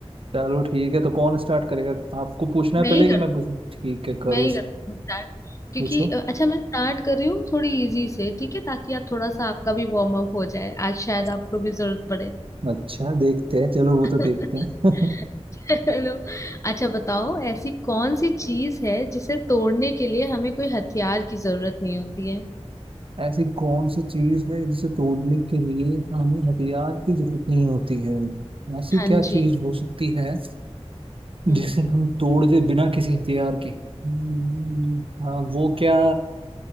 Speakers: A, on the right; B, on the left.
A: चलो ठीक है तो कौन स्टार्ट करेगा आपको पूछना है
B: मैं ही
A: पहले
B: करती
A: कि मैं पूछूं ठीक है करो
B: मैं ही करती हूँ स्टार्ट क्योंकि
A: पूछो
B: अ, अच्छा मैं स्टार्ट कर रही हूँ थोड़ी इजी से ठीक है ताकि आप थोड़ा सा आपका भी वार्म अप हो जाए आज शायद आपको भी जरूरत पड़े
A: अच्छा देखते हैं चलो वो तो
B: <laughs>
A: देखते हैं <laughs>
B: चलो अच्छा बताओ ऐसी कौन सी चीज है जिसे तोड़ने के लिए हमें कोई हथियार की जरूरत नहीं होती है
A: ऐसी कौन सी चीज है जिसे तोड़ने के लिए हमें हथियार की जरूरत नहीं होती है ऐसी
B: हाँ
A: क्या
B: जी
A: चीज हो सकती है
B: हम्म
A: जिसे हम तोड़ दे बिना किसी हथियार के हम्म, हाँ वो क्या